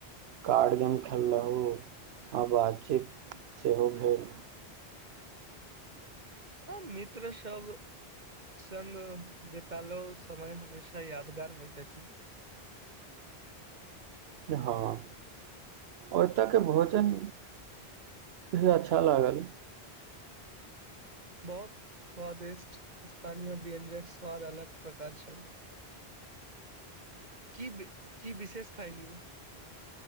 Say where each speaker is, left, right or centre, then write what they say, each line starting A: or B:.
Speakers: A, on the right; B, on the right.
A: कार्ड गेम खेल रहू आ बातचीत सेहो भेल
B: आ मित्र सब सङग बितालो समय हमेशा यादगार होइत जा छै
A: हँ ओतऽ के भोजन भी अच्छा लागल
B: बहुत स्वादिष्ट स्थानीय व्यंजक स्वाद अलग प्रकार छल की की विशेष खााय लि